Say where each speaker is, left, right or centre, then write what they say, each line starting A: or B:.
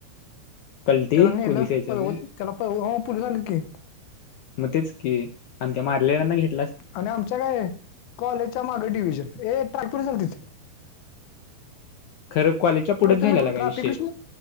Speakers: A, on the left; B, on the left.
A: कलटी
B: त्याला नेलं
A: पोलीस यायच्या
B: पळवत.
A: आधी.
B: त्याला प हा पुलीस आले की,
A: मग तेच की, आणि त्या मारलेल्यांना घेत
B: आणि आमच्या काय कॉलेजच्या मागे डिव्हजन हे ट्रॅगपूर चातिच.
A: खरं कॉलेजच्या पुढेच
B: मग
A: झालेला
B: ते मी
A: काय
B: ट्राफिकस
A: विषय.
B: हो